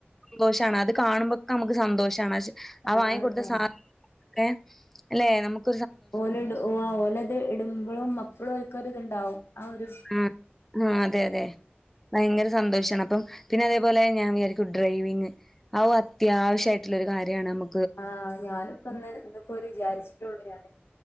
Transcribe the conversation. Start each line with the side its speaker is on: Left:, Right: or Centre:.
Centre: സന്തോഷാണ് അത് കാണുമ്പൊക്ക നമുക്ക് സന്തോഷാണ് അശ് ആ വാങ്ങി
Left: ആഹ്
Centre: കൊടുത്ത
Left: അതാണ്
Centre: സാ ഏഹ് അല്ലെ നമുക്ക്
Left: ഓല ഇടു ഓഹ് ആഹ് ഓലത് ഇടുമ്പളും മപ്പളോൽക്കൊരു ഇതിണ്ടാവും ആ ഒരു
Centre: ഉം ആഹ് അതെ അതെ ഭയങ്കര സന്തോഷാണ് അപ്പം പിന്നെ അതേപോലെ ഞാൻ വിചാരിക്കും ഡ്രൈവിങ് അവും അത്യാവശ്യായിട്ടുള്ളൊരു കാര്യാണ് നമു
Left: ആഹ് ഞാനിപ്പിന്ന് ഇതക്കൊരു വിചാരിച്ചിട്ടുള്ളതാണ്